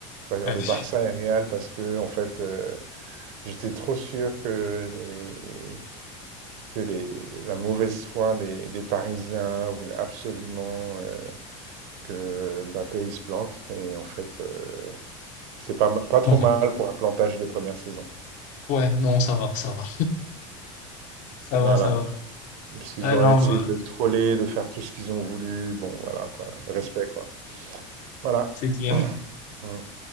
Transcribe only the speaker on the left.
parce
que-
<laughs>
Ouais, non, ça va, ça va, ça
va, ça va.
Ah
non,
bah,
c'est clair.